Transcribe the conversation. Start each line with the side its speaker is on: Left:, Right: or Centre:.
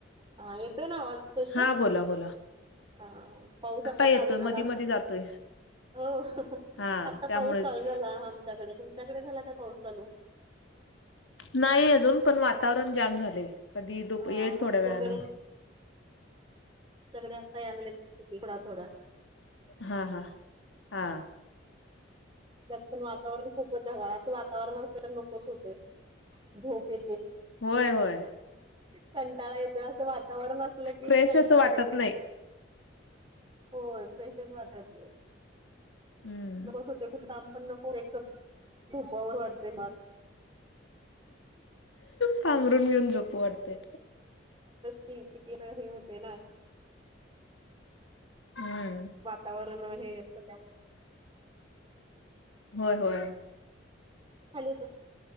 Right: हा येतोय ना आवाज स्पष्ट
Left: हा. बोला. बोला.
Right: हा पाऊस आता
Left: येतोय.
Right: चालू झाला
Left: मधी मधी जातोय.
Right: अ
Left: हा
Right: आता
Left: त्यामुळेच
Right: पाऊस चालू झाला आमच्याकडे तुमच्याकडे झाला का पाऊस चालू
Left: नाही अजून पण वातावरण जाम झाले कधी <inaudible>
Right: हा
Left: येईल थोड्या
Right: आमच्याकडे
Left: वेळनें
Right: आमच्याकडे आता याला थोडा थोडा
Left: हा हा हा
Right: त्यात पण वातावरण खूपच ढगाळ असं वातावरण असले तर नकोच होते झोप येते
Left: होय होय
Right: कंटाळा येतोय असं वातावरण असलं की
Left: फ्रेश
Right: कंटाळा
Left: असं वाटत
Right: येतो
Left: नाही
Right: होय फ्रेशच वाटत नाही
Left: हम्म
Right: नकोस होते कुठ काम पण नको एक झोपावे वाटते
Left: पांघरून घेऊन झोपू वाटते
Right: कितीदा हे होते ना
Left: हम्म
Right: तवर न हे असल्या
Left: होय होय
Right: खाली तर